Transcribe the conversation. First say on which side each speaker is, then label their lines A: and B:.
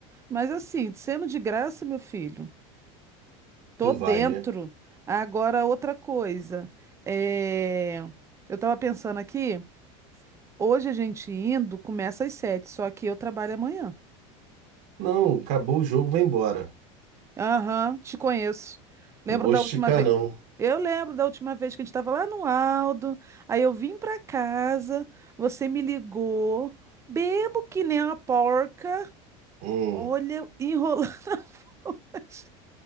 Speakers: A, on the right; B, on the right.
A: Mas assim, sendo de graça, meu filho, tô
B: Tu
A: dentro.
B: vai, né?
A: Agora, outra coisa. É... Eu tava pensando aqui, hoje a gente indo começa às sete, só que eu trabalho amanhã.
B: Não, acabou o jogo, vai embora.
A: Aham, te conheço. Lembro
B: Não vou
A: da
B: esticar,
A: última vez.
B: não.
A: Eu lembro da última vez que a gente estava lá no Aldo. Aí eu vim pra casa, você me ligou, bebo que nem uma porca.
B: Hum.
A: Olha, enrolando. <laughs>